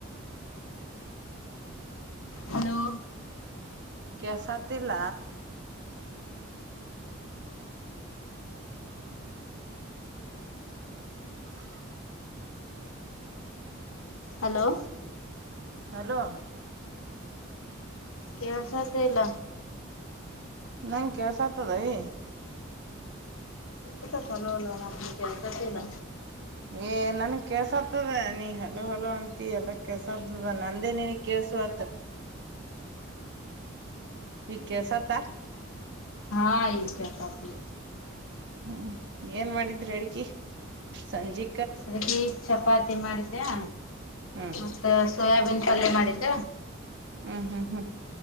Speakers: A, on the left; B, on the right.
A: Hello
B: ಕೆಸತಿಲ್ಲ <unintelligible>
A: hello.
B: Hello.
A: ಕೆಳ್ಸತಿಲ್ಲ.
B: ನಂಗ್ ಕೆಳ್ಸತದವಿ.
A: ಎತಥ್ ಹಲೋ ಹಲೋ ಇಲ್ಲ
B: ಎನ್ ನನ್ಗ್ ಕೆಳ್ಸತದ ನೀ ಹೆಲೋ ಹಲೋ ಅಂತಿ ಎಲ್ಲ ಕೆಳ್ಸತದ ನಂದೇ ನಿನಗ್ ಕೇಳ್ಸು ಆತ್. ಇಗ್ ಕೇಳ್ಸತ.
A: ಹಾ ಈಗ ಕೇಳ್ಸತಿ
B: ಹ್ಮ್ ಏನ್ ಮಾಡಿದ್ರಿ ಅಡ್ಗಿ ಸಂಜೆ
A: ಅ ಚಪಾತಿ ಮಾಡಿದ್ಯಾ
B: ಹ್ಮ್
A: ಮತ್ತ ಸೋಯಾಬೀನ್ ಪಲ್ಲೆ ಮಾಡಿದ್ದ
B: ಹ್ಮ್ ಹ್ಮ್ ಹ್ಮ್